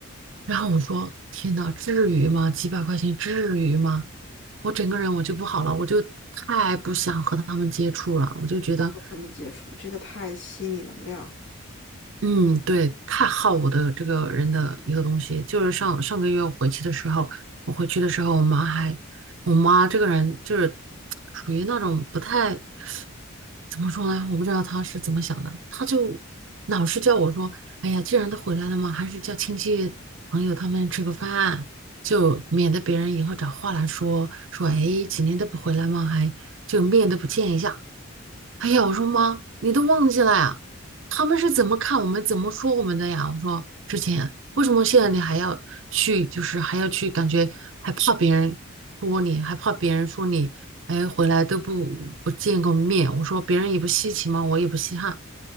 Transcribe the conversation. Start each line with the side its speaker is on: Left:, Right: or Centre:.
Right: 然后我说：“天呐，至于吗？几百块钱至于吗？”我整个人我就不好了，我就太不想和他们接触了，我就觉得
Left: 不跟他们接触，这个太吸你能量了。
Right: 嗯，对，太耗我的这个人的一个东西，就是上上个月我回去的时候，我回去的时候，我妈还，我妈这个人就是属于那种不太，怎么说呢？我不知道她是怎么想的，她就老是叫我说，哎呀，既然都回来了嘛，还是叫亲戚朋友他们吃个饭，就免得别人以后找话来说，说，哎，几年都不回来嘛，还就面都不见一下。哎呀，我说妈，你都忘记了呀？他们是怎么看我们、怎么说我们的呀？我说之前为什么现在你还要去，就是还要去，感觉还怕别人说你，还怕别人说你，哎，回来都不不见个面。我说别人也不稀奇嘛，我也不稀罕。